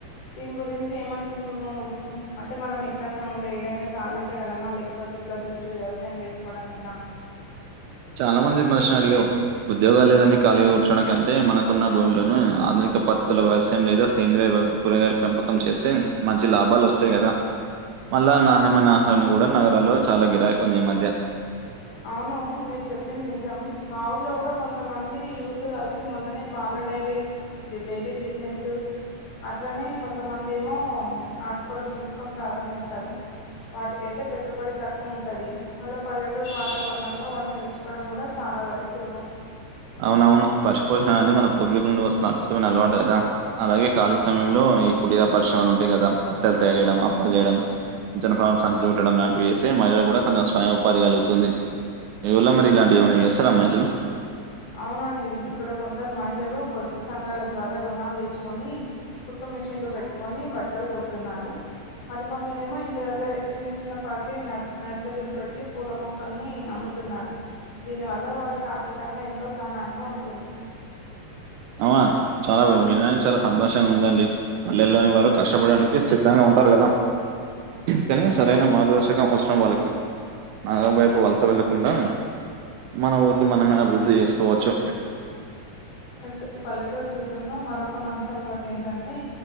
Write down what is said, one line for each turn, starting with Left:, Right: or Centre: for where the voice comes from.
Left: దీని గురించి ఏమనుకుంటున్నావు నువ్వు అంటే మనం ఎక్కడనే ఉండే ఏదైనా సాధి పెంచగలమా లేకపోతే ఇట్లా జస్ట్ వ్యవసాయం చేసుకోవడమేనా
Right: చాలా మంది మేస్న అడిగావు ఉద్యోగం లేదని ఖాళీ కూర్చోడం కంటే మనకున్న భూమిలోను ఆధని ఇంకా పద్ధతుల వ్యవసయం లేదా సేంద్రీయ కూరగాల పెంపకం చేస్తే మంచి లాభాలు వస్తాయి కదా మళ్ళా నాణ్యమైన ఆహారన్ని కూడా నగరాల్లో చాలా గిరాకి ఉంది ఈ మధ్య
Left: అవును మీరు చెప్పింది నిజం మాఊరు లో కూడా కొంతమంది యూత్ కలిసి మొన్ననే పాల డైరీ ఇది డైరీ బిజినెస్ అట్లనే కొంతమంది ఏమో నాటుకోళ్ల పెంపకం ప్రారంభించారు. వాటికైతే పెట్టుబడి తక్కువ ఉంటది. అళ్ పల్లెట టూరు వాతావరణంలో వాటిని చూసుకోవడం కూడా చాలా వరకు సులభం.
Right: అవునవును పశు పోషణ అనేది మన పూర్వీకుల నుండి వస్తున్న అద్భుతమైన అలవాటు కదా అలాగే ఖాళీ సమయంలో ఈ కుటీరల పరిశ్రమలు ఉంటాయి కదా పచ్చలు తయారు చేయడం, అప్పలు చేయడం. జనపనాల సంచులు ఉట్టడం లాంటి వేస్తే మహిళలు కూడా కొంచెం స్వయం ఉపాధి కలుగుతుంది. మీ ఊరులో మరి ఇలాంటివి ఏమన్న చేస్తరా మహిళలు?
Left: అవునండి ఇక్కడ కొందరు మహిళ లు పొదుపు సంఘాల ద్వారా రుణాలు తీసుకొని కుట్టుమిషన్లు పెట్టుకొని బట్టలు కుడుతున్నారు. మరికొందరు ఏమో ఇంటి దగ్గర చిన్న చిన్న పాటి న నర్సరీలు పెట్టి పూల మొక్కల్ని అమ్ము తున్నారు దీనివల్ల వాళ్ళకు ఆర్థికంగా ఎంతో సహాయంగా ఉంటుంది.
Right: అవునా చాలా విననికి చాలా సంతోషంగా ఉందండి. పల్లెల్లోని వారు కష్టపడడానికి సిద్ధంగా ఉ న్నారు కదా కానీ సరైన మార్గదర్శకం వసరం వాళ్ళకి నగరం వైపు వలస వెళ్ళకుండా మన ఊర్ని మనమే అభివృద్ధి చేసుకోవచ్చు.
Left: లడ్డు పల్లె పల్లెటూరు జీవితంలో మరొక మంచ అలవాటు ఏంటంటే?